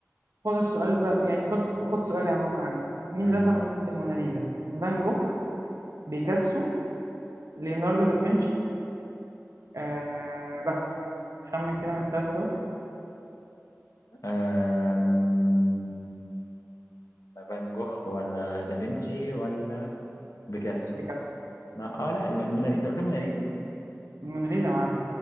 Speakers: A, on the right; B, on the left.
A: خد السؤال بقى يعني خد خد سؤالي عموما عندي مين
B: مهم.
A: رسم لوحة الموناليزا؟ فان جوخ بيكاسو ليوناردو دافنشي آه بس خمن كده من التلاتة دول
B: آم، فان جوخ ولا دافنشي ولا بيكاسو
A: بيكاسو
B: ما اه لا الم- المونا- انت قلت الموناليزا
A: الموناليزا يا معلم